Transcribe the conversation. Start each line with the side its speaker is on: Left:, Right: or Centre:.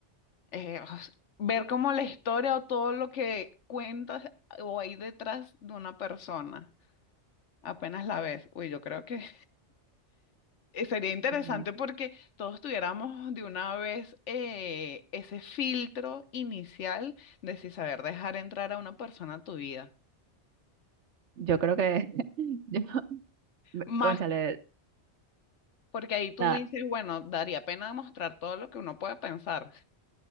Left: Eh, o sea, ver como la historia o todo lo que cuentas eh, o hay detrás de una persona, apenas la ves. Uy, yo creo que Eh, Sería interesante
Right: Nada,
Left: porque todos tuviéramos de una vez eh, ese filtro inicial de si saber dejar entrar a una persona a tu vida.
Right: yo creo que, <laughs> yo, me-
Left: Más
Right: cónchale,
Left: porque ahí tú
Right: nada,
Left: dices, bueno, daría pena mostrar todo lo que uno puede pensar.